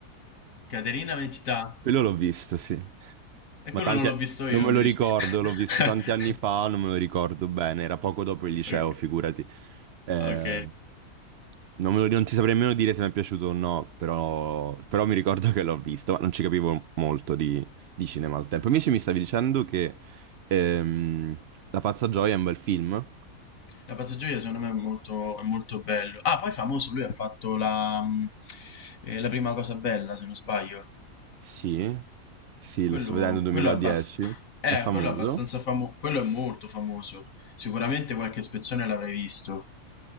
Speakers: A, on the left (about 60°); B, on the right (about 80°).
A: Caterina Mentità,
B: Quello l'ho visto, sì.
A: e
B: Ma
A: quello
B: tanti...
A: non l'ho
B: a-
A: visto
B: Non
A: io
B: me
A: invece.
B: lo ricordo, l'ho visto
A: <laughs>
B: tanti anni fa, non me lo ricordo bene, era poco dopo il liceo,
A: Ok,
B: figurati. Eh,
A: ok.
B: non me lo- non ti saprei nemmeno dire se mi è piaciuto o no, però, però mi ricordo che l'ho visto, ma non ci capivo molto di, di cinema al tempo. Invece mi stavi dicendo che ehm, La pazza gioia è un bel film?
A: La Passeggiaia secondo me è molto, è molto bello. Ah, poi famoso, lui ha fatto la, mm, eh, la prima cosa bella, se non sbaglio.
B: Sì, sì,
A: Quello,
B: lo sto vedendo 2010,
A: quello, abbast- eh,
B: è famoso.
A: quello è abbastanza famoso, quello è molto famoso. Sicuramente qualche spezzone l'avrai visto.